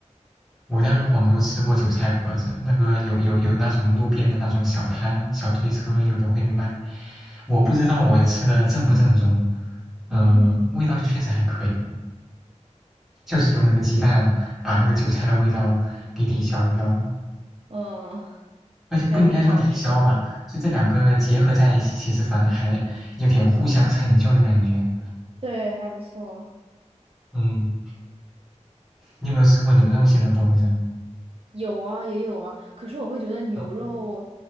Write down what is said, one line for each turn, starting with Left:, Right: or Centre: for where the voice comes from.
Centre: 我在广州吃过韭菜盒子，那个有有有那种路边的那种小摊、小推车，有的会卖。我不知道我吃的正不正宗，嗯、
Right: 嗯哼，
Centre: 味道确实还可以，就是用那个鸡蛋把那个韭菜的味道给抵消掉了，
Right: 嗯，
Centre: 而且不应该说抵消吧，
Right: 还挺好吃，
Centre: 就这两个结合在一起，其实反而还有点互相成就的感觉。
Right: 对，还不错。
Centre: 嗯，你有没有吃过牛肉馅的包子？
Right: 有啊，也有啊，可是我会觉得牛肉，
Centre: 嗯